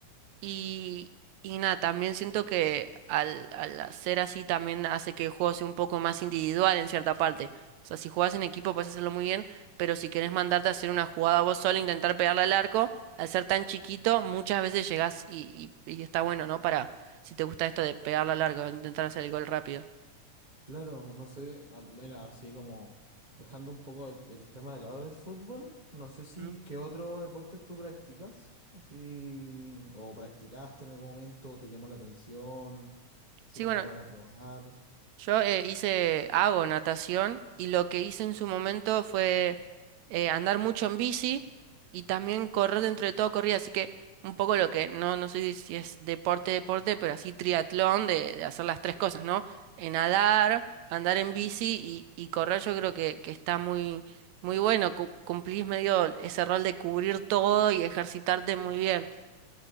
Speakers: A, on the right; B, on the right.
A: Y, y nada, también siento que al, al hacer así también hace que el juego sea un poco más individual en cierta parte. O sea, si jugás en equipo puedes hacerlo muy bien, pero si querés mandarte a hacer una jugada vos solo, intentar pegarle al arco, al ser tan chiquito, muchas veces llegás y, y, y está bueno, ¿no? Para, si te gusta esto de pegarle al arco, intentar hacer el gol rápido.
B: Claro, no sé, ah, mira, así como dejando un poco el, el tema de lado del fútbol, no sé si
A: Mm.
B: qué otro deportes tú practicas, así, o practicaste en algún momento, o te llamó la atención, así
A: Sí,
B: como
A: bueno,
B: para probar.
A: Yo eh, hice, hago natación y lo que hice en su momento fue eh, andar mucho en bici y también correr dentro de todo corrida, así que un poco lo que, no, no sé si es deporte, deporte, pero así triatlón de, de hacer las tres cosas, ¿no? Eh, nadar, andar en bici y, y correr yo creo que, que está muy, muy bueno, cu- cumplís medio ese rol de cubrir todo y ejercitarte muy bien.